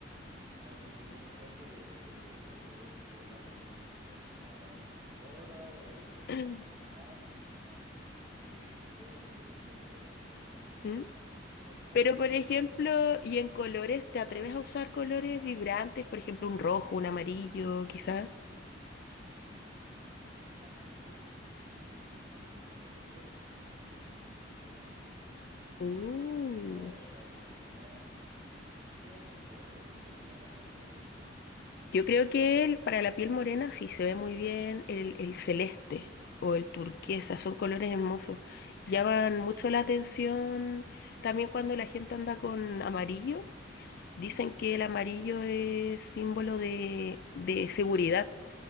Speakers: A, on the right; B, on the left.
A: Ahí me estoy dando cuenta de que, gracias a Dios, que estoy hablando con una experta diseñadora o experta
B: <laughs>
A: en confeccionar y demás, porque yo soy demasiado clásico para eso, no me,
B: ¿Mm?
A: no me animo, no me animo
B: Pero,
A: a cambiar
B: por ejemplo,
A: el,
B: y en colores, ¿te atreves a usar colores vibrantes? Por ejemplo, un rojo, un amarillo, quizás.
A: Sí, el, el- el amarillo, todo el mundo me dice que por mi tono de piel, aunque no soy súper moreno, me queda de maravilla. El azul cielo,
B: Uh.
A: el rosa, el salmón. Yo con los colores no tengo problema ni vergüenza ninguna.
B: Yo creo que el, para la piel morena sí se ve muy bien el, el celeste o el turquesa,
A: Sí.
B: son colores hermosos. Llaman mucho la atención también cuando la gente anda con amarillo. Dicen que el amarillo es símbolo de, de seguridad.